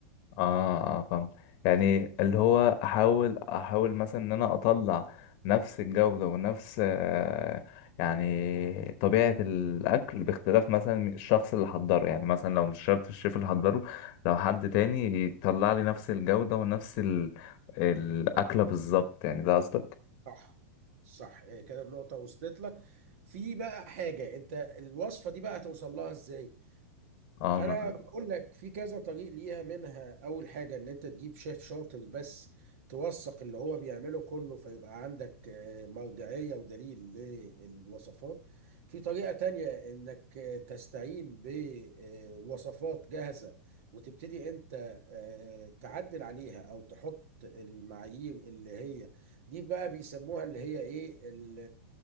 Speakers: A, on the left (about 50°); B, on the right (about 65°).
A: اه اه فاهم يعني اللي هو احاول احاول مثلا ان انا اطلع نفس الجودة ونفس آه، يعني طبيعة الاكل باختلاف مثلا الشخص اللي حضره يعني مثلا لو مش شرط الشيف اللي حضره لو حد تاني يطلع لي نفس الجودة ونفس ال... الاكلة بالظبط يعني ده قصدك
B: صح صح هي كده النقطة وصلت لك في بقى حاجة انت الوصفة دي بقى هتوصل لها ازاي
A: اه
B: انا بقول لك في كذا طريق ليها منها اول حاجه ان انت تجيب شيف شاطر بس توثق اللي هو بيعمله كله فيبقى عندك آه، مرجعيه ودليل للوصفات في طريقه تانية انك آه، تستعين بوصفات جاهزه وتبتدي انت آه، تعدل عليها او تحط المعايير اللي هي دي بقى بيسموها اللي هي ايه ال-